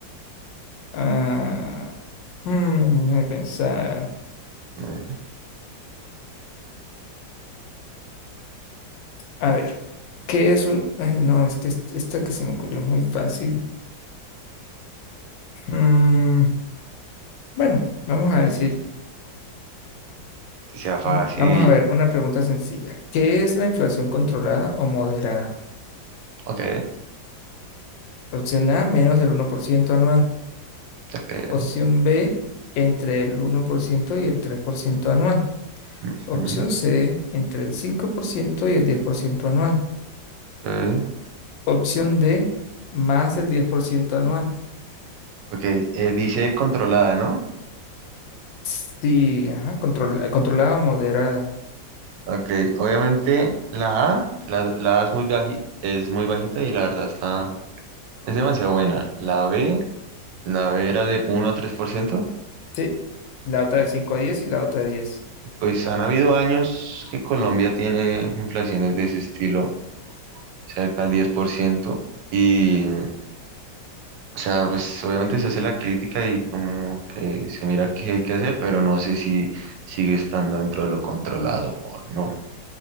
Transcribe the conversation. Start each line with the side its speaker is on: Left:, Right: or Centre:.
Left: Ah, hmm, déjame pensar.
Right: eh,
Left: A ver, ¿qué es un...? Ay, no, es que est- esta que se me ocurrió es muy fácil. Mm, bueno, vamos a decir,
Right: que sea fácil.
Left: mm, vamos a ver, una pregunta sencilla. ¿Qué es la inflación controlada o moderada?
Right: Ok,
Left: Opción A, menos del uno por ciento anual.
Right: ok.
Left: Opción B, entre el uno por ciento y el 3% anual.
Right: ujú,
Left: Opción C, entre el 5% y el 10% anual.
Right: ok.
Left: Opción D, más del 10% anual.
Right: Ok, eh, dice controlada, ¿no?
Left: Sí, ajá, control- eh, controlada o moderada.
Right: Ok, obviamente la A, la, la A es muy baji- es muy bajita y la verdad está, es demasiado buena. La B, la B era de uno a tres por ciento
Left: Sí, la otra de cinco a 10 y la otra de 10.
Right: Pues han habido años que Colombia tiene inflaciones de ese estilo, cerca al diez por ciento Y O sea, pues obviamente se hace la crítica y como que se mira qué hay que hacer, pero no sé si sigue estando dentro de lo controlado o no.